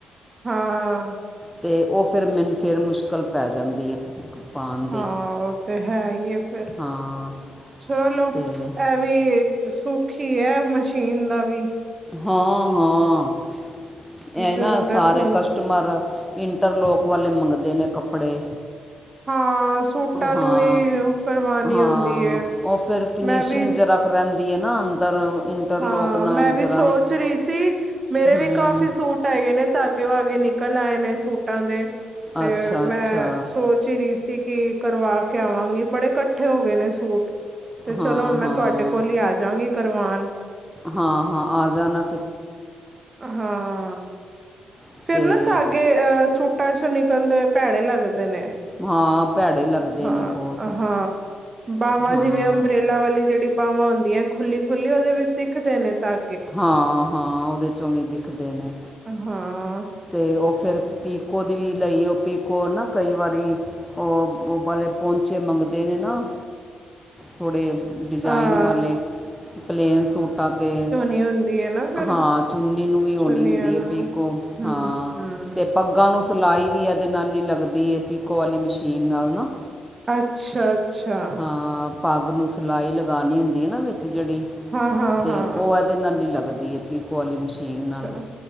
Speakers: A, on the right; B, in the centre.
A: ਹਾਂ ਹਾਂ ਹਾਂ।
B: ਤੇ ਉਹ ਫੇਰ ਮੈਨੂੰ ਫੇਰ ਮੁਸ਼ਕਲ ਪੈ ਜਾਂਦੀ ਹੈ। ਪਾਉਣ ਦੀ
A: ਹਾਂ ਉਹ ਤੇ ਹੈ ਹੀ ਹੇ ਫੇਰ
B: ਹਾਂ
A: ਚਲੋ
B: ਅਤੇ
A: ਇਹ ਵੀ ਸੁਖ ਹੀ ਹੈ ਮਸ਼ੀਨ ਦਾ ਵੀ।
B: ਹਾਂ ਹਾਂ। ਇਹ
A: ਜ਼ਰੂਰਤ
B: ਨਾ ਸਾਰੇ
A: ਹੁੰ
B: ਕਸਟਮਰ ਇੰਟਰਲੋਕ ਵਾਲੇ ਮੰਗਦੇ ਨੇ ਕੱਪੜੇ।
A: ਹਾਂ ਸੂਟਾਂ ਨੂੰ
B: ਹਾਂ
A: ਵੀ ਕਰਵਾਉਣੀ
B: ਹਾਂ
A: ਹੁੰਦੀ ਹੈ
B: ਉਹ ਫਿਰ ਫਿਨਿਸ਼ਿੰਗ
A: ਮੈਂ ਵੀ
B: ਜਰਾ ਰਹਿਂਦੀ ਹੈ ਨਾ ਅੰਦਰ। ਇੰਟਰਲੋਕ
A: ਹਾਂ
B: ਨਾਲ
A: ਮੈਂ ਵੀ
B: ਜਰਾ
A: ਸੋਚ ਰਹੀ ਸੀ ਮੇਰੇ
B: ਹੂੰ
A: ਵੀ ਕਾਫੀ ਸੂਟ ਹੈਗੇ ਨੇ ਧਾਗੇ ਵਾਗੇ ਨਿਕਲ ਆਏ ਨੇ ਸੂਟਾਂ ਦੇ ਤੇ
B: ਅੱਛਾ ਅੱਛਾ
A: ਮੈਂ ਸੋਚਿਆ। ਚਿਰੀ ਸੀ ਕਿ ਕਰਵਾ ਕੇ ਆਵਾਂਗੀ ਬੜੇ ਇਕੱਠੇ ਹੋ ਗਏ ਨੇ ਸੂਟ। ਤੇ ਚਲੋ
B: ਹਾਂ
A: ਹੁਣ ਮੈਂ
B: ਹਾਂ
A: ਤੁਹਾਡੇ ਕੋਲ ਹੀ ਆਜਾਂਗੀ ਕਰਵਾਨ।
B: ਹਾਂ ਹਾਂ ਆ ਜਾਨਾ।
A: ਹਾਂ,
B: ਅਤੇ
A: ਫੈਰ ਨਾ ਧਾਗੇ ਅਹ, ਸੂਟਾਂ ਚੋਂ ਨਿਕਲਦੇ ਹੋਏ ਭੈੜੇ ਲੱਗਦੇ ਨੇ।
B: ਹਾਂ ਭੈੜੇ ਲੱਗਦੇ
A: ਹਾਂ,
B: ਨੇ ਬਹੁਤ
A: ਹਾਂ ਬਵਾਂ
B: ਹਾਂ
A: ਜਿਵੇਂ ਅੰਬਰੇਲਾ ਵਾਲੀ ਜਿਹੜੀ ਬਾਹ ਵਾਂ ਹੁੰਦੀਆਂ ਹੈ, ਖੁੱਲੀ -ਖੁੱਲੀ ਉਹਦੇ ਵਿੱਚ ਦਿਖਦੇ ਨੇ ਤਾਂ
B: ਹਾਂ, ਹਾਂ ਉਹਦੇ ਚੋਂ ਵੀ ਦਿਖਦੇ ਨੇ।
A: ਹਾਂ, ਹਾਂ-ਹਾਂ
B: ਤੇ ਉਹ ਫੇਰ ਪੀਕੋ ਦੀ ਵੀ ਲਈ, ਉਹ ਪੀਕੋ ਨਾ ਕਈ ਵਾਰੀ ਉਹ ਵੋ ਵਾਲੇ ਪੋਂਚੇ ਮੰਗਦੇ ਨੇ ਨਾ। ਥੋੜ੍ਹੇ ਡਿਜ਼ਾਇਨ
A: ਹਾਂ
B: ਵਾਲੇ, ਪਲੇਨ ਸੂਟਾਂ ਤੇ
A: ਤੇ ਹੁੰਦੀ ਹੈ, ਨਾ। ਫਿਰ
B: ਹਾਂ, ਚੁੰਨੀ ਨੂੰ ਵੀ ਹੋਣੀ
A: ਚੁੰਨੀਆਂ
B: ਹੁੰਦੀ
A: ਨੂੰ
B: ਹੈ ਪਿਕੋ
A: ਹਮ
B: ਹਾਂ
A: ਹਮ
B: ਤੇ ਪੱਗਾਂ ਨੂੰ ਸਿਲਾਈ ਵੀ ਇਹਦੇ ਨਾਲ ਹੀ ਲੱਗਦੀ ਹੈ, ਪੀਕੋ ਵਾਲੀ ਮਸ਼ੀਨ ਨਾਲ ਨਾ।
A: ਅੱਛਾ- ਅੱਛਾ।
B: ਅ ਪੱਗ ਨੂੰ ਸਿਲਾਈ ਲਗਾਉਣੀ ਹੁੰਦੀ ਆ ਨਾ, ਵਿਚ ਜਿਹੜੀ
A: ਹਾਂ ਹਾਂ
B: ਤੇ
A: ਹਾਂ
B: ਉਹ ਅਜ ਦੇ ਨਾਲ ਹੀ ਲੱਗਦੀ ਹੈ। ਪੀਕੋ ਵਾਲੀ ਮਸ਼ੀਨ
A: ਅੱਛਾ
B: ਨਾਲ,